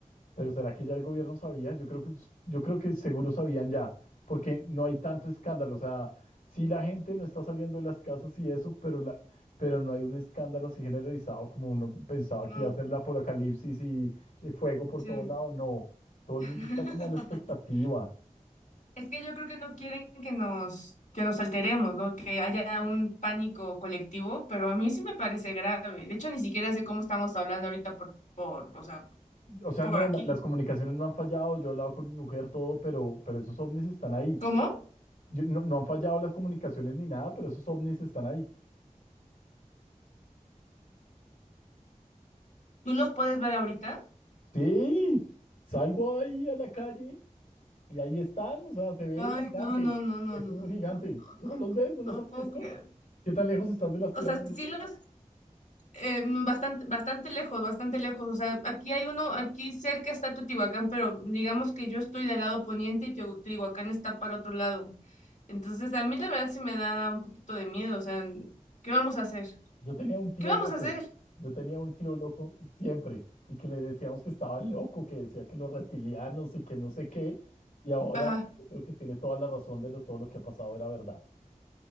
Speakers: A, on the left; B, on the left.
A: Pero ¿será que ya el gobierno sabía? Yo creo que, yo creo que seguro sabían ya, porque no hay tanto escándalo. O sea, sí la gente no está saliendo de las casas y eso, pero, la, pero no hay un escándalo así generalizado como uno pensaba
B: No,
A: que iba a ser el apocalipsis y el fuego por
B: sí.
A: todo lado. No, todo el
B: <laughs>
A: mundo está como a la expectativa.
B: Es que yo creo que no quieren que nos, que nos alteremos, ¿no? Que haya un pánico colectivo, pero a mí sí me parece grave. De hecho, ni siquiera sé cómo estamos hablando ahorita por, por, o sea,
A: O sea,
B: por
A: no,
B: aquí.
A: la- las comunicaciones no han fallado. Yo he hablado con mi mujer, todo, pero, pero esos ovnis están ahí.
B: ¿Cómo?
A: Yo- no, no han fallado las comunicaciones ni nada, pero esos ovnis están ahí.
B: ¿Tú los puedes ver ahorita?
A: Sí, salgo ahí a la calle. Y ahí están, o sea, se ve
B: Ay,
A: gigante.
B: no, no, no, no,
A: Es
B: no,
A: uno
B: no,
A: gigante.
B: no,
A: ¿Tú
B: no,
A: no los ves? ¿No los
B: no
A: has
B: puedo
A: visto?
B: creer.
A: ¿Qué tan lejos estás de las pirámides?
B: O sea, sí los, eh, bastante, bastante lejos, bastante lejos. O sea, aquí hay uno, aquí cerca está Teotihuacán, pero digamos que yo estoy del lado poniente y Teo- Teotihuacán está para otro lado. Entonces, a mí la verdad sí me da un poquito de miedo, o sea, ¿qué vamos a hacer?
A: Yo tenía un tío
B: ¿Qué vamos
A: loco.
B: a hacer?
A: Yo tenía un tío loco siempre y que le decíamos que estaba loco, que decía que los reptilianos y que no sé qué. Y ahora
B: Ajá.
A: yo creo que tiene toda la razón de lo, todo lo que ha pasado era verdad.